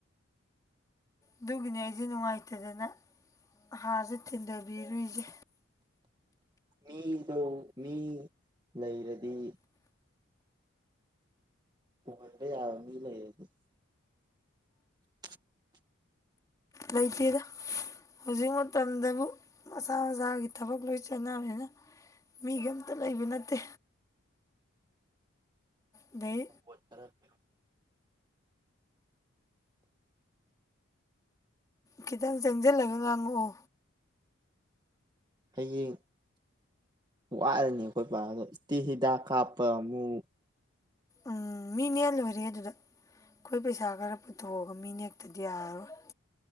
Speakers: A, on the left; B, on the right.
A: ꯑꯗꯨꯒꯤꯅꯦ ꯑꯩꯁꯦ ꯅꯨꯡꯉꯥꯏꯇꯗꯅ ꯍꯥꯔꯁꯦ ꯊꯤꯟꯊꯕꯤꯔꯨꯏꯁꯦ
B: ꯃꯤꯗꯣ ꯃꯤ ꯂꯩꯔꯗꯤ ꯎꯍꯟꯕ ꯌꯥꯕ ꯃꯤ ꯂꯩꯔꯗꯤ <unintelligible>
A: ꯂꯩꯇꯦꯗ ꯍꯧꯖꯤꯛ ꯃꯇꯝꯗꯕꯨ ꯃꯁꯥ ꯃꯁꯥꯒꯤ ꯊꯕꯛ ꯂꯣꯏ ꯆꯠꯅꯕꯅꯤꯅ ꯃꯤꯒ ꯑꯝꯇ ꯂꯩꯕ ꯅꯠꯇꯦ ꯑꯗꯩ
B: ꯀꯣꯏ ꯇꯔ <unintelligible>
A: ꯈꯤꯇꯪ ꯆꯪꯖꯜꯂꯒ ꯉꯥꯡꯉꯛꯑꯣ
B: ꯍꯌꯦꯡ ꯋꯥꯔꯅꯤ ꯑꯩꯈꯣꯏꯕꯒꯗꯣ ꯏꯁ ꯇꯤꯜ ꯍꯤꯗꯥꯛ ꯀꯥꯞꯄ ꯑꯃꯨꯛ
A: ꯎꯝ ꯃꯤ ꯅꯦꯜꯑ ꯂꯣꯏꯔꯦ ꯑꯗꯨꯗ ꯑꯩꯈꯣꯏ ꯄꯩꯁꯥ ꯈꯔ ꯄꯨꯊꯣꯛꯑꯒ ꯃꯤ ꯅꯦꯛꯇꯗꯤ ꯌꯥꯔꯔꯣꯏ